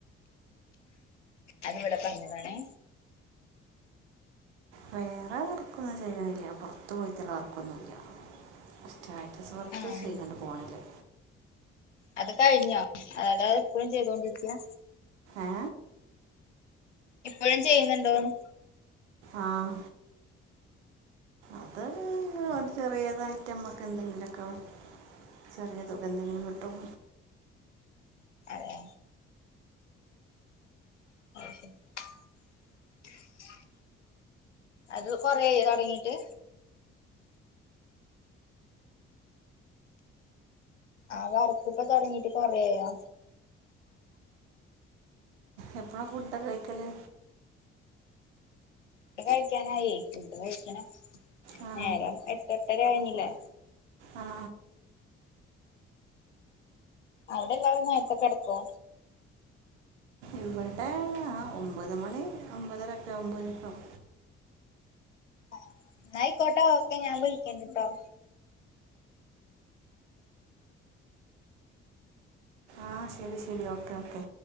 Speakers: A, on the left; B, on the right.
A: അതിവിടെ പറഞ്ഞതാണേ
B: വേറെ വർക്കൊന്നും ചെയരിാനില്ല പുറത്ത്ു പോയി ഒത്തിുള്ള വർക്കൊന്നുമില്ല സ്റ്റാറ്റസ് വർക്ക്
A: ആഹ്
B: ചെയീണ്ട് ഫോണില്
A: അത് കഴിഞ്ഞോ <unintelligible> എപ്പോഴും ചെയ്തൊണ്ടിരിക്കയാ
B: ഏ
A: ഇപ്പോഴും ചെയ്യുന്നുണ്ടോന്ന്
B: ആഹ അത് ഒരു <unintelligible> ചെറിയതായി നമക്ക് എന്തെങ്കിലൊക്കെ ചെറിയ തുക എന്തെങ്കിലും കിട്ടും
A: അതെ <unintelligible> അത് കൊറായി തുടങ്ങിട്ട് ആ വർക്ക് ഇപ്പ തുടങ്ങീട്ട് കൊറായോ
B: എപ്പഴാ ഫുഡ് കഴിക്കല്
A: ഫു്ഡ് കഴിക്കാനായി ഫുഡ് കഴിക്കണം
B: ആ
A: നേരം എട്ടെട്ടര കഴിഞ്ഞില്ലേ
B: ആ ആ
A: അവിടെ എല്ലാവരും നേരത്തക്കെ ടക്കോ
B: ഇവിടെ ആ ഒമ്പത് മണി ഒമ്പതരക്കെ ആകുബോഴെക്ക് കെടക്കും
A: ആ എന്നയിക്കോട്ടെ ഒക്കെ ഞാൻ വിളികേണ്ട്ട്ടോ
B: ആ ശരി ശരി ഓക്കെ ഓക്കെ